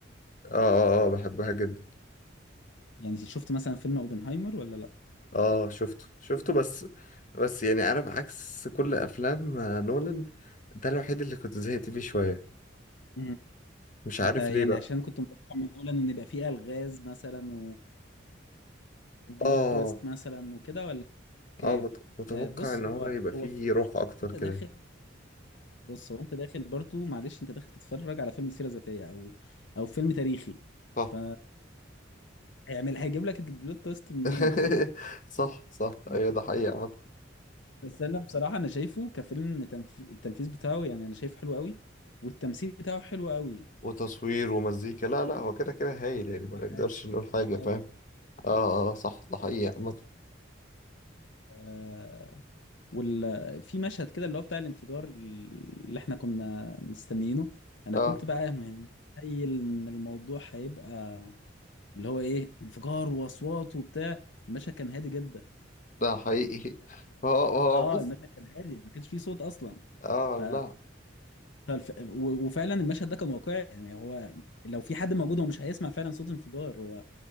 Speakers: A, on the left; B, on the left.
A: اه اه اه بحبها جدا
B: يعني شفت مثلا فيلم اوبنهايمر ولا لا
A: اه شفته شفته بس بس يعني انا بعكس كل افلام آه، نولان ده الوحيد اللي كنت زهقت فيه شوية
B: مم.
A: مش عارف
B: انت يعني
A: ليه بقى
B: عشان كنت متوقع من اولا ان يبقى فيه الغاز مثلا و... وبلوت
A: اه
B: تويست مثلا وكده ولا ك...
A: اه مت- متوقع
B: آه، بص
A: ان
B: هو
A: هو يبقى
B: هو
A: فيه
B: ف-
A: روح اكتر
B: انت
A: كده
B: داخل بص هو انت داخل برضو معلش انت داخل تتفرج على فيلم سيره ذاتيه او او فيلم تاريخي
A: صح
B: ف هيعمل هيجيب لك البلوت تويست منين
A: <laughs>
B: فاهمني
A: صح صح ايوه ده حقيقي عامة
B: بس انا بصراحه انا شايفه كفيلم تنف... التنفيذ بتاعه يعني انا شايفه حلو قوي والتمثيل بتاعه حلو قوي
A: وتصوير ومزيكا لا لا هو كده كده هايل يعني
B: كل
A: ما نقدرش
B: حاجه
A: نقول حاجة
B: كل حاجه
A: فاهم اه اه صح ده حقيقي عامة
B: آه... وال... في مشهد كده اللي هو بتاع الانفجار اللي احنا كنا مستنيينه انا
A: اه
B: كنت بقى يعني متخيل ان الموضوع هيبقى اللي هو ايه انفجار واصوات وبتاع المشهد كان هادي جدا
A: ده حقيقي هو هو
B: اه
A: بص
B: المشهد كان هادي ما كانش فيه صوت اصلا
A: اه
B: ف
A: لا
B: فالف- و- وفعلا المشهد ده كان واقعي يعني هو لو في حد موجود هو مش هيسمع فعلا صوت انفجار هو